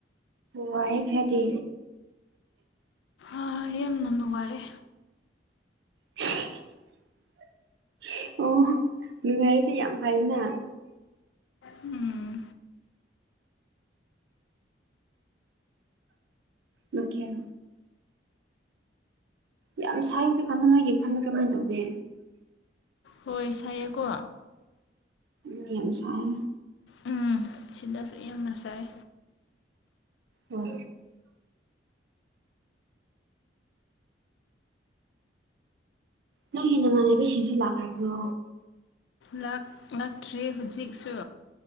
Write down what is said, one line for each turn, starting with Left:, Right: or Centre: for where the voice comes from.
Right: ꯋꯥꯢꯌꯦ ꯈꯔꯗꯤ
Left: ꯑ... ꯌꯝꯅꯅ ꯅꯨꯉꯥꯢꯔꯦ
Right: <unintelligible> ꯑꯣꯍꯣ ꯅꯨꯡꯉꯥꯏꯔꯗꯤ ꯌꯥꯝ ꯐꯩꯅ
Left: ꯎꯝ
Right: ꯅꯣꯈꯦꯝ ꯌꯥꯝ ꯁꯥꯏ ꯍꯧꯖꯤꯛꯀꯥꯟꯗ ꯅꯣꯏ ꯏꯝꯐꯥꯜꯗ ꯀꯔꯃꯥꯏꯟ ꯇꯧꯒꯦ
Left: ꯍꯣꯏ ꯁꯥꯏꯌꯦꯀꯣ
Right: ꯎꯝ ꯃꯤ ꯌꯥꯝ ꯁꯥꯏ
Left: ꯎꯝ ꯁꯤꯗꯁꯨ ꯌꯥꯝꯅ ꯁꯥꯏ
Right: ꯑꯣ ꯅꯣꯢꯒꯤ ꯅꯃꯥꯟꯅꯕꯤ ꯁꯤꯡꯁꯤ ꯂꯥꯛꯈ꯭ꯔꯕ꯭ꯔꯣ
Left: ꯂꯥꯛ ꯂꯥꯛꯇ꯭ꯔꯤ ꯍꯧꯖꯤꯛꯁꯨ